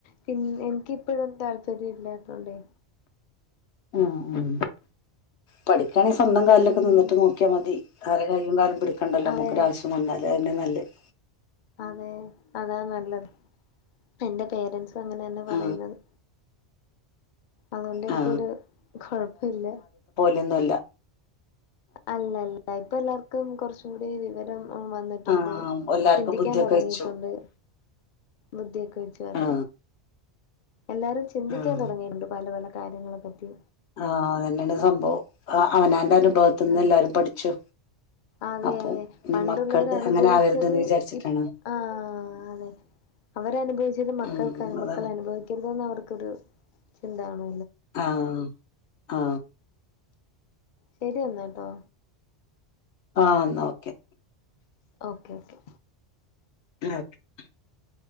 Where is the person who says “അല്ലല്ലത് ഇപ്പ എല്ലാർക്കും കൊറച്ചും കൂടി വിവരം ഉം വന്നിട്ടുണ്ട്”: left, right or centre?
Left